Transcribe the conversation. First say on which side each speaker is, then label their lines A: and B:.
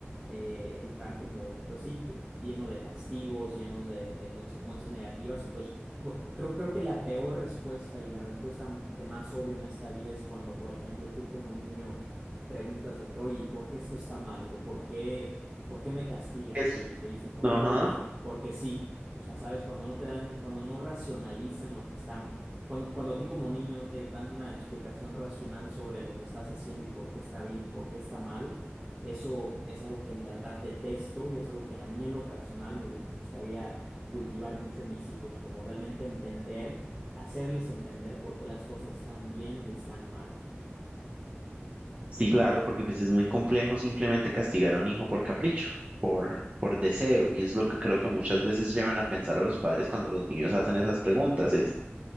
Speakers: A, on the right; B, on the right.
A: eh, educar como, pues sí, pe- lleno de castigos, llenos de, de consecuencias negativas y pues bu- creo, creo que la peor respuesta y la respuesta que más odio en esta vida es cuando, por ejemplo, tú como niño preguntas de que, oye, ¿y ¿por qué esto está mal? ¿O por qué? ¿por qué me castigas?
B: Es-
A: Y, y te dicen como
B: Ajá,
A: de, bueno, porque sí. O sea, sabes, cuando no te dan, cuando no racionalizan lo que están, cuando, cuando a ti como niño no te dan una explicación racional sobre lo que estás haciendo y por qué está bien y por qué está mal, eso es algo que en verdad detesto y es algo que a mí en lo personal me gu- gustaría cultivar mucho en mis hijos, como realmente entender, hacerles entender por qué las cosas están bien y están mal.
B: sí, claro, porque pues es muy complejo simplemente castigar a un hijo por capricho, por, por
A: Eh,
B: deseo, y es lo que creo que muchas veces llevan a pensar a los padres cuando los niños hacen esas preguntas, es